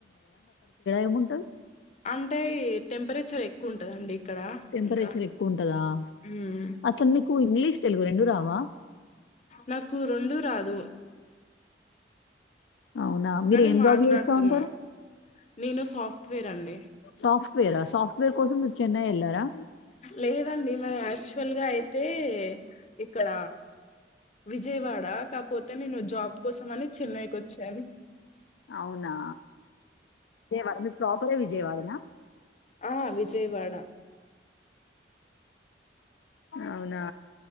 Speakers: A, on the left (about 85°); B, on the left (about 40°).
A: ఏముంటది?
B: అంటే టెంపరేచర్ ఎక్కువ ఉంటదండి ఇక్కడ
A: టెంపరేచర్
B: ఇంకా
A: ఎక్కువుంటదా?
B: హ్మ్
A: అసలు మీకు ఇంగ్లీష్, తెలుగు రెండు రావా?
B: నాకు రెండు రాదు
A: అవునా? మీరేం
B: కానీ మాట్లాడుతున్నా
A: జాబ్ చేస్తా ఉంటారు?
B: నేను సాఫ్ట్వేర్ అండి
A: సాఫ్ట్‌వేరా? సాఫ్ట్‌వేర్ కోసం మీరు చెన్నై ఎళ్లారా?
B: లేదండి మరి యాక్చువల్ గా అయితే ఇక్కడ విజయవాడ కాపోతే నేను జాబ్ కోసం అని చెన్నైకి ఓచ్ చాను
A: అవునా విజయవాడ మీకు ప్రాపరే విజయవాడనా
B: ఆ విజయవాడ
A: అవునా